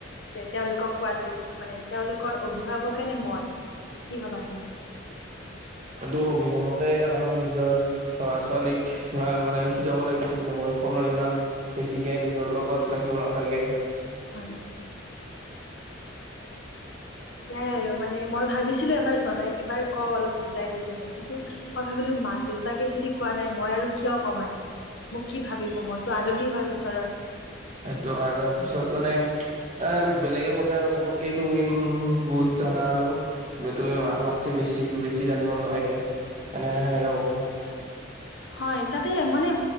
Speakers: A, on the left; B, on the right.
A: যে তেওঁলোকক কোৱাাতটো মানে তেওঁলোকৰ অভিভাৱকে নে মই কি ভাবা তুমি?
B: কিন্তু অভিভাৱকে কাৰণ নিজৰ। ল'ৰা ছোৱালীক ধৰা সমান মানে শিকাব লাগিছিল যে মই ফোনৰ ইমান। বেছিকে নিজৰ লগত ৰাখিব নালাগে
A: হয় সয়াই আৰু মানে মই ভাবিছিলো এবাৰ জনাই এবাৰ ক অলপ বুজাই দিওঁ মানে কিন্তু মই ভাবিলো মাক দেউতাকে যদি কোৱা নাই মই আৰু কিয় কওঁ মানে মোক কি ভাবিব মইতো আলহী হয় ওচৰৰ
B: সেইটো আৰু পিছত মানে এ বেলেগে ক'লে আৰু ক'ব কি তুমি বহুত জানা আৰু তু ম মাতছে বেছি বেছি জানিব নালাগে সেনে সেনেকাও ক'ব
A: হয় তাতে মানে